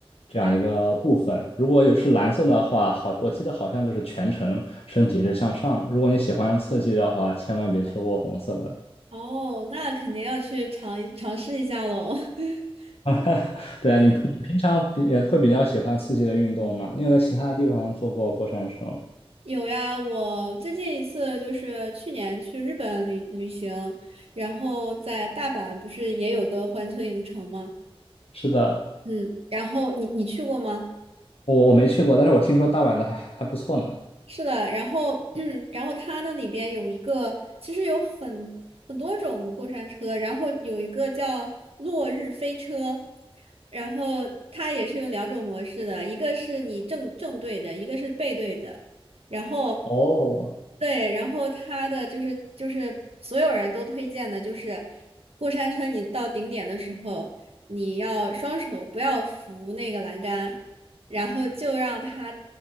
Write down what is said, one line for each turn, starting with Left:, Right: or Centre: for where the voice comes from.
Left: 这样一个部分。
Right: 哇。
Left: 如果有是蓝色的话，好，我记得好像就是全程身体是向上的。如果你喜欢刺激的话，千万别错过红色的了。
Right: 哦，那肯定要去尝一尝试一下喽。<laughs>
Left: <laughs> 对啊，你你平常比也会比较喜欢刺激的运动吗？你有在其他地方坐过过山车吗？
Right: 有呀，我最近一次就是去年去日本旅旅行，然后在大阪不是也有个环球影城吗？
Left: 是的，
Right: 嗯，然后你你去过吗？
Left: 我我没去过，但是我听说大阪的还还不错呢。
Right: 是的，然后，<clears throat> 然后它那里边有一个，其实有很很多种过山车，然后有一个叫落日飞车，然后它也是有两种模式的，一个是你正正对着，一个是背对着，然后，
Left: 哦，
Right: 对，然后它的就是就是所有人都推荐的就是过山车，你到顶点的时候，你要双手不要扶那个栏杆。然后就让他